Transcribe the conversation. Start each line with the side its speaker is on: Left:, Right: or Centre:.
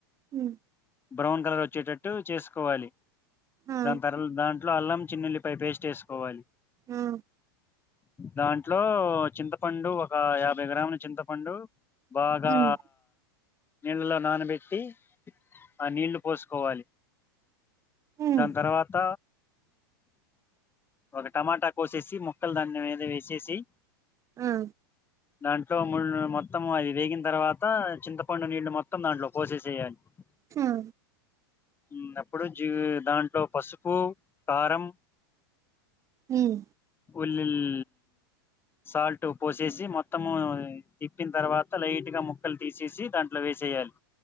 Right: ఉమ్
Left: బ్రౌన్ కలర్ వచ్చేటట్టు చేసుకోవాలి.
Right: ఆ
Left: దాని తర్ దాంట్లో అల్లం, చిన్న ఎల్లిపాయ పేస్ట్ వేసుకోవాలి.
Right: ఆ
Left: దాంట్లో చింతపండు, ఒక యాభై గ్రాముల చింతపండు. బాగా
Right: ఉమ్
Left: నీళ్ళలో నానబెట్టి, ఆ నీళ్లు పోసుకోవాలి.
Right: ఉమ్
Left: దాని తరవాత, ఒక టమాటా కోసేసి మ్ క్కల్ దాని మీద వేసెసి.
Right: ఆ
Left: దాంట్లో ముల్లు, మొత్తం అది వేగిన తరవావాత చింతపండు నీళ్లు మొత్తం దాంట్లో పోసేసేయాలి. డ్
Right: హు
Left: మ్ అప్పుడు జీ దాంట్లో పసుపు, కారం,
Right: హ్మ్
Left: ఉల్లిల్ సాల్ట్ పోసేసి మొత్తము తిప్పిన తరవాత లైట్ గా ముక్కలు తీసేసి, దాన్ అట్లా వేసేయాలి.